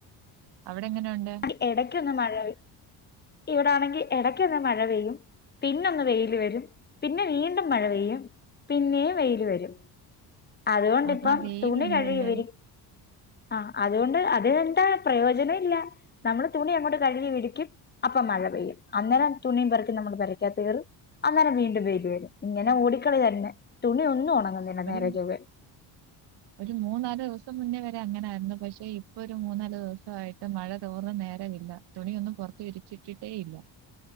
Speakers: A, on the right; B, on the left.
A: അവിടെ എങ്ങനഉണ്ട്?
B: ആങ്കി എടക്കൊന്ന് മഴപെയ് ഇവിടാണെങ്കി എടക്കൊന്ന് മഴ പെയ്യും പിന്ന ഒന്ന് വെയില് വരും പിന്നെ വീണ്ടും മഴ പെയ്യും പിന്നേം വെയില് വരും അതുകൊണ്ടിപ്പം
A: ആഹാ വെയിലുണ്ടല്ലേ
B: തുണി കഴുകിവിരി ആഹ് അതുകൊണ്ട് അത് എന്താ പ്രയോജനം ഇല്ല നമ്മള് തുണി അങ്ങോട്ട് കഴുകി വിരിക്കും അപ്പം മഴ പെയ്യും അന്നേരം തുണിയും പറക്കി നമ്മള് പേരക്കാത്ത് കേറും അന്നേരം വീണ്ടും വെയില് വരും ഇങ്ങനെ ഓടിക്കളി തന്നെ തുണി ഒന്നും ഒണ
A: ഒരു
B: നേരെ ചൊവ്വെ
A: ഒരു മൂന്നാലു ദിവസം മുന്നേ വരെ അങ്ങനായിരുന്നു പക്ഷെ ഇപ്പൊ ഒരു മൂന്നാലു ദിവസ ആയിട്ട് മഴ തോർന്ന നേരമില്ല തുണിയൊന്നും പുറത്തു വിരിച്ചിട്ടിട്ടേ ഇല്ല